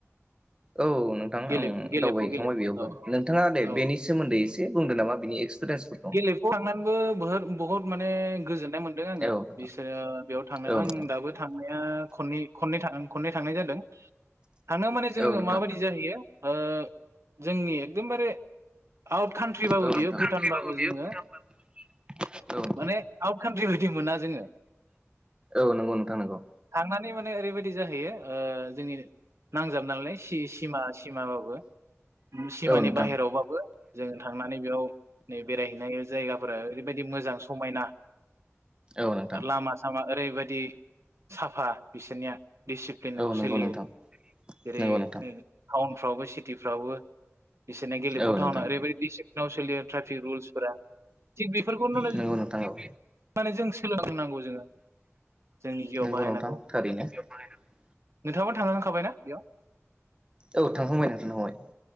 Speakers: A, on the right (about 20°); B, on the right (about 65°).
A: औ नोंथां
B: गेले
A: आं
B: गेलेफु
A: दावबायहैखांबाय
B: गेलेफु
A: बेयावबो
B: औ
A: नोंथाङा दे
B: औ
A: बेनि सोमोन्दै एसे बुंदो नामा? बिनि एक्सपिरियेन्सफोरखौ
B: गेलेफुआव थांनानैबो बोहोद बुहुद माने गोजोन नाय मोनदों आङो
A: औ नोंथां
B: बिसोरो बेयाव थांना
A: औ
B: आं
A: नोंथां
B: दाबो थांनाया खन्नै खैन्नै थां खननै थांनाय जादों थांनो माने जोङो
A: औ नोंथां
B: माबायदि जाहैयो ओ जोंनि एकदमबारे आउट कान्ट्रि बाबो
A: औ नोंथां
B: बियो भुटान
A: कान्ट्रिबाबो
B: बाबो जोङो
A: बियो भुटानबाबो औ
B: नाने आउथ कानथ्रि बायदि मोना जोङो
A: औ नंगौ नोंथां नंगौ
B: थांनानै ओरैबायदि जाहायो ओ जोंनि नांजाबनालाय सि सिमा सिमाबाबो सिमानि
A: औ नोंथां
B: बाहेरावबाबो जों थांनानै बेयाव बेरायहैनाय जायगाफोरा ओैबायदि मोजां समायना
A: औ नोंथां
B: लामा सामा ओरैबायदि साफा बिसोरनिया दिडिसिप्लिनाव
A: औ
B: सोलियो
A: नंगौ नोंथां
B: जेरै
A: नंगौ नोंथां
B: ताउन फ्रावबो सिटिफ्रावबो बिसोरनो गेलेफु
A: औ
B: थटउना
A: नोंथां
B: ओरै बायदि डिसिपलिन आव सोलियो बे रुलफोरा थि बेफोरखौनो
A: नंगौ नोंथां औ।
B: माने जों सोलोंनांगौ जोंङो जोंनि जिउआव
A: नंगौ
B: बाहायनांगौ
A: नोंथां थारैनो औ
B: नोंथाङाबो थांखांखाबायना बेयाव
A: औ थांखांबाय नोंथां थांखांबाय